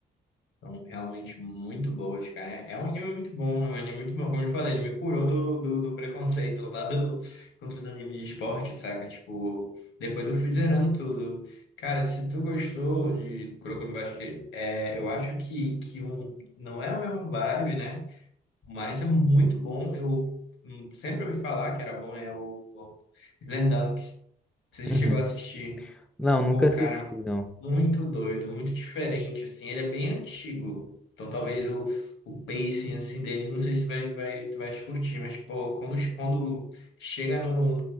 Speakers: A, on the left; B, in the centre.
A: são realmente muito boas, cara, é é um anime muito bom, é um anime muito bom, como eu te falei, ele me curou do, do, do preconceito lá do, contra os animes de esporte, saca, tipo, depois eu fui zerando tudo, cara, se tu gostou de Kuroko no basquete, é, eu acho que, que um, não é a mesma vibe, né, Mas é muito bom. Eu hum, sempre ouvi falar que era bom, é o, o Slam Dunk. Você
B: Uhum.
A: já chegou a assistir?
B: Não, nunca
A: Pô,
B: assisti,
A: cara,
B: não.
A: muito doido, muito diferente, assim. Ele é bem antigo. Então talvez o, o pacing, assim, dele, não sei se vai, vai, tu vai curtir, mas, pô, quando, quando chega no,